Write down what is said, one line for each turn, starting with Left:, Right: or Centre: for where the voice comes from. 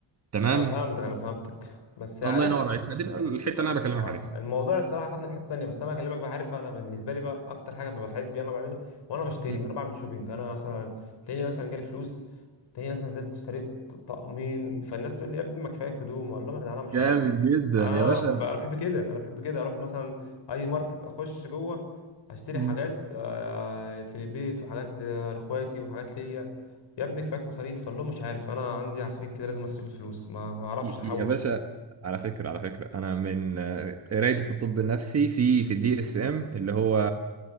Right: تمام
Left: انا فهمتك انا فهمتك بس عارف
Right: الله ينور عليك فدي بقى الحته اللي
Left: آه،
Right: انا بكلمك عليها
Left: الموضوع الصراحه خدنا في حته ثانيه بس انا هكلمك بقى عارف بقى انا بالنسبه لي بقى اكتر حاجه ببقى سعيد بيها انا بعملها وانا بشتري
Right: مم.
Left: وانا بعمل شوبينج انا مثلا تلاقيني مثلا جالي فلوس تلاقيني مثلا نزلت اشتريت طقمين فالناس تقول لي يا ابني ما كفايك هدوم اقول لهم يا جدعان انا مش
Right: جامد
Left: عارف
Right: جدا
Left: انا
Right: يا باشا
Left: ب- انا بحب كده انا بحب كده اروح مثلا اي ماركت اخش جوه اشتري
Right: مم.
Left: حاجات آه، في البيت وحاجات ل- لاخواتي وحاجات ليا يا ابني كفاك مصاريف فقال لهم مش عارف انا عندي عفريت كده لازم اصرف الفلوس ما ما اعرفش احوش
Right: يا باشا على فكرة على فكرة أنا من آه، قرايتي في الطب النفسي في في الدي اس ام اللي هو